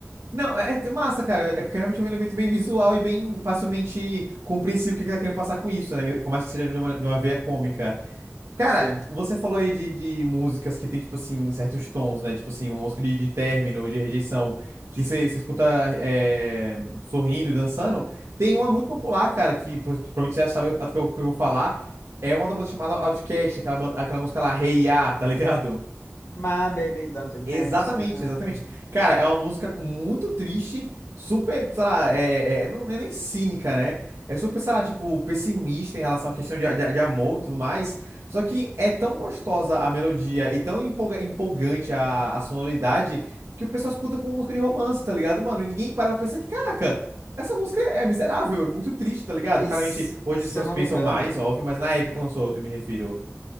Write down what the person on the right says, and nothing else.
Não, é é massa, cara. É porque realmente é realmente um elemento bem visual e bem facilmente compreensível o que ele tá querendo passar com isso, né? Por mais que seja de uma, de uma veia cômica. Cara,
você falou aí de, de músicas que tem, tipo assim, certos tons, né? Tipo assim, uma música de, de término, ou de rejeição, que você você escuta é, sorrindo e dançando. Tem uma muito popular, cara, que pro- provavelmente você já sabe o que eu, o que eu vou falar. É uma da banda chamada Outcast, aquela, banda- aquela música lá, Hey Ya, tá ligado?
Exatamente,
exatamente. Cara, é uma música muito triste, super, sei lá, é, é, não não é nem cínica, né? É super, sei lá, tipo, pessimista em relação à questão de, de, de amor e tudo mais. Só que é tão gostosa a melodia e tão empolga- empolgante a, a sonoridade que o pessoal escuta como música de romance, tá ligado, mano? E ninguém para pra pensar que, caraca, essa música é é miserável, é muito triste, tá ligado?
Claramente,
hoje
as pessoas
pensam
mais, óbvio, mas na época que lançou, eu me refiro.